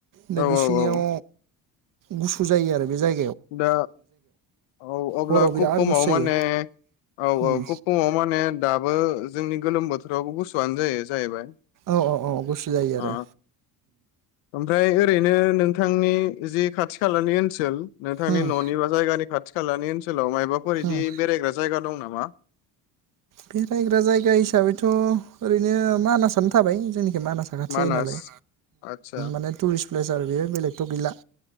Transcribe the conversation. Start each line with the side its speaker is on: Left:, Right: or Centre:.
Right: नै
Left: औ
Right: बिसिनियाव
Left: औ
Right: गुसु जायो आरो बे जाय
Left: दा औ अब्ला
Right: हराव बिराद
Left: खुफुमाव
Right: गुसु
Left: माने
Right: जायो
Left: औ
Right: उम
Left: औ खुफुमाव माने दा बो जोंनि गोलोम बोथोरावबो गुसुआनो जायो जाहैबाय।
Right: औ औ औ गुसु जायो
Left: अ
Right: आरो।
Left: ओमफ्राय ओरैनो नोंथांनि जे खाथि खालानि ओनसोल नोंथांनि
Right: उम
Left: न'नि बा जायगानि खाथि खालानि ओनसोलाव‌ मा बाफोर इदि
Right: उम
Left: बेरायग्रा जायगा दं नामा?
Right: बे रायग्रा जायगा हिसाबैथ' ओरैनो मानासनो थाबाय जोंनि एखे मानास खाथि
Left: मानास
Right: जायो नालाय
Left: आदसा
Right: माने टुरिस्ट प्लेस आरो बेयो बेलेगथ' गैला